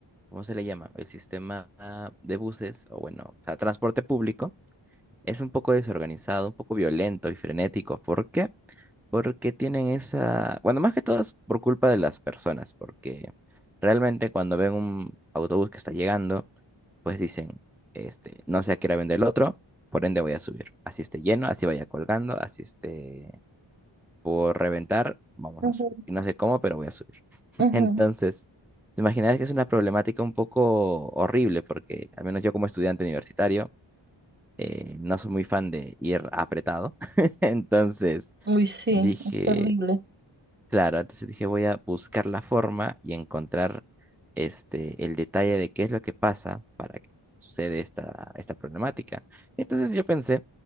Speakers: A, in the centre; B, on the right (about 20°).
A: ¿cómo se le llama? El sistema ah, de buses, o bueno, o sea, transporte público, es un poco desorganizado, un poco violento y frenético. ¿Por qué? Porque tienen esa, bueno, más que todo es por culpa de las personas, porque realmente cuando ven un autobús que está llegando, pues dicen, este, no sé a qué hora vende el otro, por ende voy a subir. Así esté lleno, así vaya colgando, así esté por reventar, vamos
B: Ujú,
A: a subir. Y no sé cómo, pero voy a subir. <laughs>
B: ujú.
A: Entonces, te imaginas que es una problemática un poco horrible, porque al menos yo como estudiante universitario, eh, no soy muy fan de ir apretado. <laughs> Entonces,
B: Uy, sí,
A: dije,
B: es terrible.
A: Claro, entonces dije, voy a buscar la forma y encontrar este, el detalle de qué es lo que pasa para que suceda esta, esta problemática. Entonces yo pensé